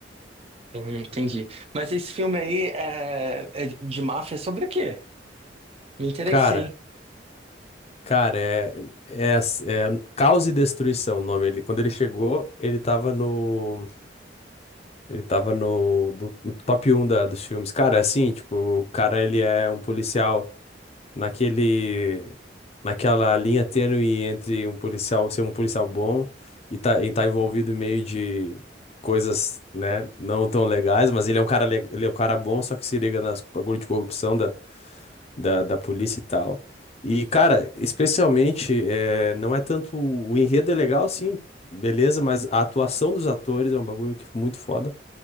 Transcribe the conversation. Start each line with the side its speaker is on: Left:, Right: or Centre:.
Right: Uhum, entendi. Mas esse filme aí é... é de máfia sobre o quê? Me interessei.
Left: Cara, cara, é, é, é Caos e Destruição o nome. Ele, quando ele chegou, ele tava no... Ele tava no, do- no top 1 da, dos filmes. Cara, assim, tipo, o cara ele é um policial naquele, naquela linha tênue entre um policial ser um policial bom e tá, e tá envolvido em meio de coisas, né, não tão legais, mas ele é um cara, le- ele é um cara bom, só que se liga nas bagulho de corrupção da, da, da polícia e tal. E, cara, especialmente, é, não é tanto. O enredo é legal, sim, beleza, mas a atuação dos atores é um bagulho que é muito foda.